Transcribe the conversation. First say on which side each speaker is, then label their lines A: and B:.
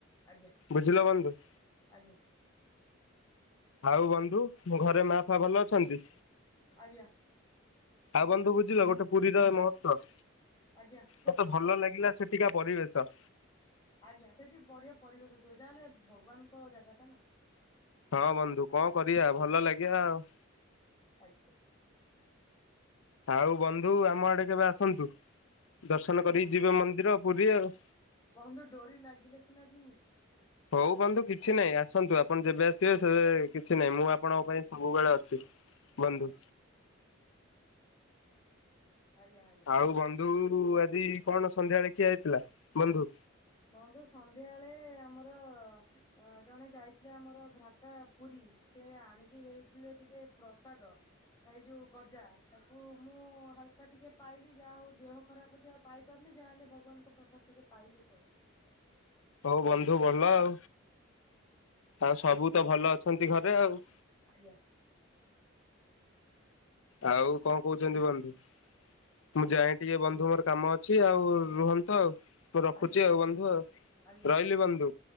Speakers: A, on the left; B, on the left.
A: ଆଜ୍ଞା
B: ବୁଝିଲ ବନ୍ଧୁ।
A: ଆଜ୍ଞା।
B: ଆଉ ବନ୍ଧୁ ଘରେ ମା ଫା ଭଲ ଅଛନ୍ତି?
A: ଆଜ୍ଞା।
B: ଆଉ ବନ୍ଧୁ ବୁଝିଲ ଗୋଟେ ପୁରୀର ମହତ୍ତ୍ୱ।
A: ଆଜ୍ଞା କୁହନ୍ତୁ
B: ମତେ ଭଲ
A: କୁହନ୍ତୁ।
B: ଲାଗିଲା ସେଟିକା ପରିବେଶ।
A: ଆଜ୍ଞା ସେଠି ବଢ଼ିଆ ପରିବେଶ ଥିବ ଯାହାହେଲେ ଭଗବାନଙ୍କ ଜାଗା ଟା ନା।
B: ହଁ ବନ୍ଧୁ କଣ କରିବା ଭଲ ଲାଗିବା ଆଉ।
A: ଆଜ୍ଞା।
B: ଆଉ ବନ୍ଧୁ ଆମ ଆଡ଼େ କେବେ ଆସନ୍ତୁ ଦର୍ଶନ କରିକି
A: ବ
B: ଯିବେ ମନ୍ଦିର ପୁରୀ ଆଉ।
A: ବନ୍ଧୁ ଡୋରି ଲାଗିଲେ ସିନା ଯିମି।
B: ହଉ ବନ୍ଧୁ କିଛି ନାହିଁ ଆସନ୍ତୁ ଆପଣ ଯେବେ ଆସିବେ ସେବେ କିଛି ନାହିଁ ମୁଁ ଆପଣଙ୍କ ପାଇଁ ସବୁବେଳେ ଅଛି। ବନ୍ଧୁ।
A: ଆଜ୍ଞା ଆଜ୍ଞା <unintelligible>
B: ଆଉ ବନ୍ଧୁ ଆଜି କଣ ସନ୍ଧ୍ୟାବେଳେ ଖିଆ ହେଇଥିଲା ବନ୍ଧୁ?
A: ବନ୍ଧୁ ସନ୍ଧ୍ୟାବେଳେ ଆମର ଅ ଜଣେ ଯାଇଥିଲେ ଆମର ଭ୍ରାତା ପୁରୀ ସେ ଆଣିକି ଦେଇଥିଲେ ଟିକେ ପ୍ରସାଦ। ଏଇ ଯୋଉ ଗଜା ତାକୁ ମୁଁ ହାଲ ହାଲ୍କା ଟିକେ ପାଇଲି ଯାହା ହଉ ଦେହ ଖରାପ ଅଛି ଆଉ ପାଇପାରୁନି ଯାହାହେଲେ ଭଗବାନଙ୍କ ପ୍ରସାଦ ଟିକେ ପାଇଲି ଆଉ।
B: ହଉ ବନ୍ଧୁ ଭଲ ଆଉ ଆଉ ସବୁ ତ ଭଲ ଅଛନ୍ତି ଘରେ ଆଉ।
A: ଆଜ୍ଞା।
B: ଆଉ କଣ କହୁଛନ୍ତି ବନ୍ଧୁ? ମୁଁ ଯାଏ ଟିକେ ବନ୍ଧୁ ମୋର କାମ ଅଛି ଆଉ ରୁହନ୍ତୁ ଆଉ। ମୁଁ ରଖୁଛି
A: ଆଜ୍ଞା
B: ଆଉ ବନ୍ଧୁ ଆଉ
A: ଆଜ୍ଞା
B: ରହିଲି ବନ୍ଧୁ।